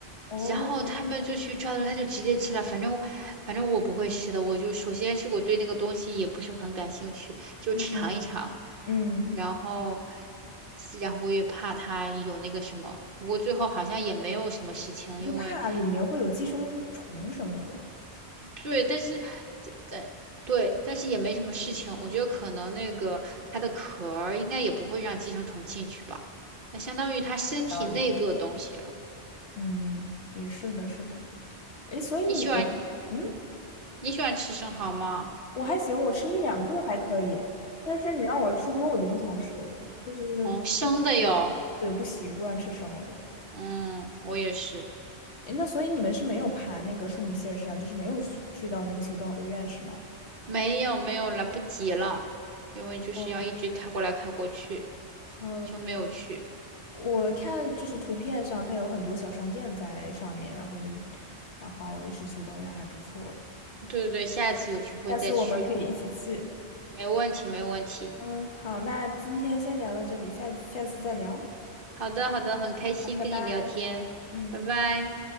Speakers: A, on the left; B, on the right.
A: 哦，
B: 然后他们就去抓的时候，他就直接吃了。反正反正我不会吃的，我就首先是我对那个东西也不是很感兴趣，就尝一尝。
A: 嗯嗯，
B: 然后然后我也怕他有那个什么，不过最后好像也没有什么事情，因为。
A: 就怕里面会有寄生虫什么的。
B: 对，但是这对对，但是也没什么事情。我觉得可能那个它的壳儿应该也不会让寄生虫进去吧，那相当于它身体内部的东西了。
A: 道理。嗯，也是的，是的。诶，所以你们，
B: 你喜欢
A: 嗯，
B: 你喜欢吃生蚝吗？
A: 我还行，我吃一两个还可以，但是你让我吃多，我就不想吃了，就是 <coughs>
B: 哦，生的哟。
A: 不习惯，对，不习惯吃生的。
B: 嗯，我也是。
A: 诶，那所以你们是没有爬那个圣米歇尔山，就是没有去去到那个修道院是吗？
B: 没有没有，来不及了，因为就是要一直开过来开过去，
A: 哦，好，
B: 就没有去。
A: 我看就是图片上它有很多小商店在上面，然后就，然后是修道院还不错的，
B: 对对对，下一次有机会再去，
A: 下次我们可以一起去。
B: 没问题没问题。
A: 嗯，好，那今天先聊到这里，下下次再聊，
B: 好的好的，很开心跟你聊天，
A: 好，拜拜。嗯。
B: 拜拜。